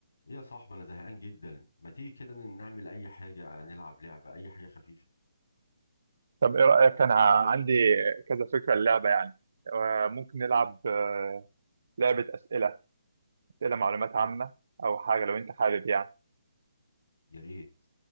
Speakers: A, on the left (about 75°); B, on the right (about 65°).
A: إيه يا صاحبي انا زهقان جدا ما تيجي كده نعمل اي حاجه نلعب لعبه اي حاجه خفيفه
B: طب ايه رأيك انا عندي كذا فكرة اللعبة يعني آه، ممكن نلعب آه، لعبة أسئلة أسئلة معلومات
A: طب
B: عامة أو حاجة لو أنت حابب يعني
A: يا ريت